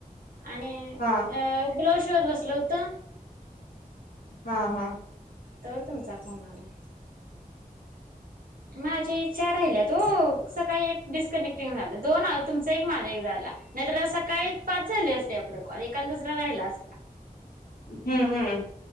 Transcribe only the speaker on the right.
आणि अ
ब्लाउज खेळत बसल होत
तर तुमचा फोन आला. माझे चार राहिल्यात ओ सकाळी एक डिस्कनेक्टिंग झाल दोन तुमचा एक माझा एक झाला नाहीतर सकाळी पाच झाली असते आपले कॉल एक आण दुसरा राहिला असता